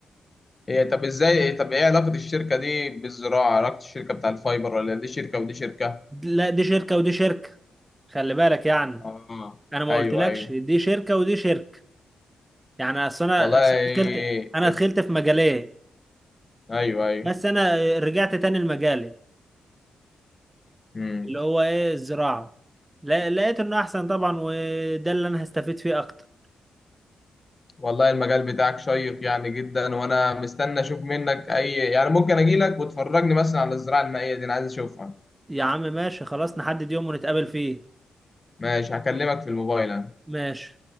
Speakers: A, on the left; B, on the right.
A: هي طب ازاي طب ايه علاقة الشركة دي بالزراعة علاقة الشركة بتاع الفايبر ولا دي شركة ودي شركة
B: لا دي شركه ودي شركه خلي بالك يعني
A: اه
B: انا ما
A: ايوه
B: قلتلكش
A: ايوه
B: دي شركه ودي شركه يعني اصل انا
A: والله
B: اصل أنا دخلت انا
A: ات-
B: دخلت في مجالين
A: ايوه ايوه
B: بس انا رجعت تاني لمجالي
A: امم
B: اللي هو ايه الزراعه لا- لقيت انه احسن طبعا وده اللي انا هستفيد فيه اكتر
A: والله المجال بتاعك شيق يعني جدا وانا مستني اشوف منك اي يعني ممكن اجي لك وتفرجني مثلا على الزراعة المائية دي انا عايز اشوفها
B: يا عم ماشي خلاص نحدد يوم ونتقابل فيه
A: ماشي هكلمك في الموبايل أنا.
B: ماشي